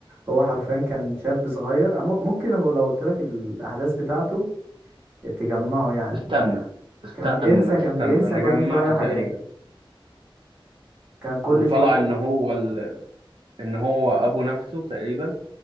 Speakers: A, on the right; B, on the right.
A: هو حرفيا كان شاب صغير أم- ممكن لو لو قلت لك الأحداث بتاعته تجمعه يعني
B: استنى استنى
A: كان بينسى كان
B: استنى
A: بينسى
B: انا
A: كل
B: جمعته
A: شوية حاجات
B: تقريبا
A: كان كل
B: وطلع
A: شوية
B: ان هو ال... ان هو ابو نفسه تقريبا